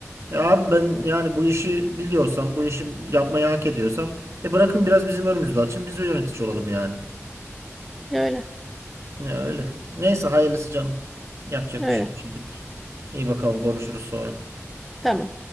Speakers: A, on the right (about 65°); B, in the centre.
A: Ya abi ben yani bu işi biliyorsam bu işi yapmayı hak ediyorsam e bırakın biraz bizim önümüzde açın biz de yönetici olalım yani.
B: Öyle.
A: Ya öyle. Neyse hayırlısı canım. Yapacak
B: Öyle.
A: bir şey yok şimdilik. İyi bakalım konuşuruz sonra.
B: Tamam.